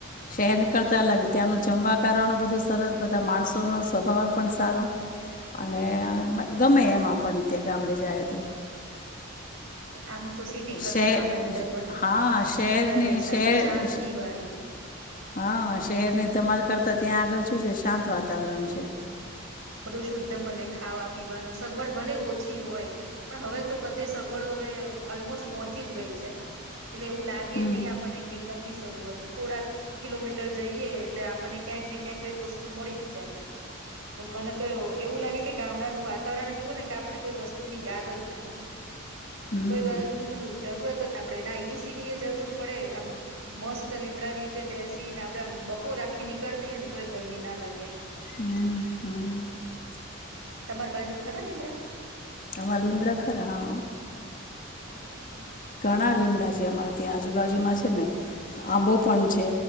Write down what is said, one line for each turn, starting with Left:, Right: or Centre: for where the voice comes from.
Left: શહેર નીકળતા અલગ ત્યાંનું જમવા કારનું બધું સરસ બધા માણસોનો સ્વભાવ પણ સારો અને ગમે એમ આપણ ત્યાં ગામડે જાય તો
Right: આમ તો સિટી કરતા
Left: શહેર
Right: ગામડાની લાઈફ વધારે
Left: હા શહેરની
Right: સારી
Left: શહેર
Right: શાંતિ વાળી
Left: હા શહેરની ધમાલ કરતા ત્યાં આગળ શું છે શાંત વાતાવરણ છે
Right: બધું શુદ્ધ મળે ખાવા પીવાનું સગવડ ભલે ઓછી હોય પણ હવે તો બ તે સગવડો હવે ઓલમોસ્ટ પહોંચી જ ગઈ છે એટલે એવું લાગે
Left: હમ
Right: નહી આપને કે નથી સગવડ થોડા કિલોમીટર જઈએ એટલે આપણને ક્યાંક ને ક્યાંક કઈ વસ્તુ મળી જ જાય પણ મને તો એવું લાગે કે ગામડાનું વાતાવરણ જેવું ને કે આપને કોઈ વસ્તુ ની યાદ જ ના આવે
Left: હમ
Right: કોઈ વસ્તુ ન જરૂરત જ ના આપડણે ના એઈ સીની એ જરૂર પડે આમ મસ્ત લીમડા નીચે બે સી ને આપડે આમ બપોર રાખી નીકળીઈએ ને તોય ગરમી ના લાગે
Left: હા હા
Right: તમાર બાજુ ખરા લીમડા
Left: અમારે લીમડા ખરા હા
Right: બરાબર
Left: ઘણા લીમડાં છે અમારા ત્યાં આજુબાજુમાં છે ને આંબો પણ છે